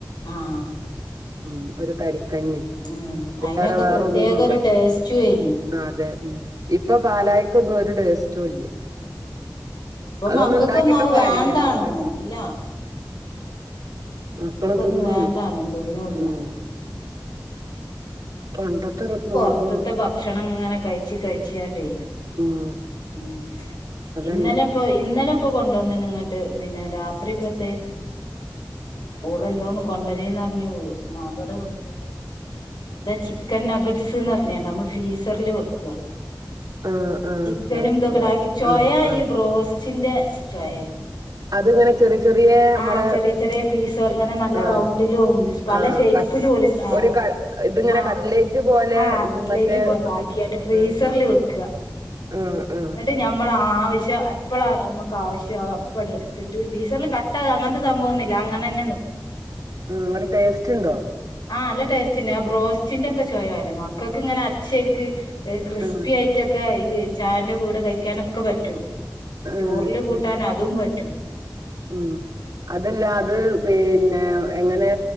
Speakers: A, on the left; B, on the right.
A: ആഹ്
B: ഉം ഒരു തരിക്കഞ്ഞും.
A: ഉം
B: ഐറ്റരം
A: അയിനൊക്കെ
B: വേറെ
A: പ്രത്യേക
B: ഒന്നും ഉണ്ട
A: ഒരു ടേസ്റ്റും അയിന്
B: ആഹ് അതെ. ഇപ്പൊ പാലായ്ക്ക ഒന്നും ഒരു ടേസ്റ്റ് റ്റും ല്യ.
A: ആഹ് ഇപ്പൊ
B: അതൊന്നും
A: മക്കൾക്കൊന്നും
B: ണ്ടാക്കിട്ടും
A: അത്
B: കാര്യല്ല.
A: വേണ്ടാണു
B: മക്ക
A: ഇല്ല
B: മക്കള്
A: മക്കക്കൊന്നും
B: തിന്നൂല്ല
A: വേണ്ടാണും. തിന്നുല്ല.
B: ഉം പണ്ടത്തെ
A: പ്പെ
B: റ്
A: ഈ
B: നോമ്പ്
A: പൊറത്ത്ത്തെ ഭക്ഷണം ഇങ്ങനെ കഴിച്ച് കഴിച്ച്യാണ്ടേ.
B: ഉം
A: ഉം
B: അതന്നെ
A: ഇന്നലെപ്പോ ഇന്നലെ പ്പൊ കൊണ്ടുവന്നിണ് ഇങ്ങട്ട് പിന്നെ രാത്രി ഇപ്പത്തെ. ഓള് എന്തോന്ന് കൊണ്ടര്ന്ന്റഞ്ഞ് മകള് വിളിച്ചപ്പോ. ന്താ ച്ചി ക്കൻനഗഡ്സ് ന്ന്റഞ്ഞാണ്ട്. നമ്മൾ ഫീസറ്ല് വെക്ക.
B: ആഹ് ആഹ്
A: ചിക്കനും
B: നട്സ്
A: ഇതൊക്കെടാക്കി.
B: നട്സ്
A: ചൊയ
B: ആഹ് ആഹ്
A: ഈ ബ്രോസ്റ്റിന്റെ ചൊയെ.
B: അതിങ്ങനെ ചെറിയ ചെറിയ നമ്മളെ
A: ആഹ് ചെറിയ ചെറിയ പീസോലെ ഇങ്ങനെ നല്ല
B: ആഹ്
A: റൗണ്ടിലും. പല
B: ആഹ്
A: ഷേയ്പ്പിലും
B: ക
A: ഓല്. ആഹ്
B: ഒരു ക ഇതിങ്ങനെ
A: ആഹ്
B: കട്ലേറ്റ് പോലെ
A: ആഹ് കട്ലേറ്റ്
B: മറ്റേ
A: പോലെ
B: ഇത്
A: ആക്കിയാട്ട്
B: മുക്കി
A: ഫ്രീസറ്ൽ
B: ആഹ്
A: വെക്ക.
B: ആഹ് ആഹ്
A: ന്നട്ട് നമ്മളാവശ്യം എപ്പോഴാണ് നമുക്ക് ആവശ്യം അതപ്പടെടുത്തിട്ട് ഫീസറില് ക ട്ട അങ്ങനത്തെ സംഭവെന്നുല്ല അങ്ങനന്നെ നിക്ക്
B: ഉം <unintelligible> ടേസ്റ്റ് ഇണ്ടോ
A: ആഹ് ല്ല ടേസ്റ്റ്ണ്ട് ആ ബ്രോസ്റ്റിന്റെക്കെ ചോയലെ മക്കക്ക്ങ്ങനെ അച്ചേൽക്ക് ക്രിസ്പി
B: ആഹ്
A: ആയിട്ട് റ്റൊക്കെ ഈ ചായന്റെ കൂടെ കഴിക്കാനൊക്കെ പറ്റൂ
B: ആഹ്
A: ചോറില്
B: ശരി
A: കൂട്ടാൻ അതും പറ്റും
B: ഉം അതല്ല അത് പിന്നെ എങ്ങനെ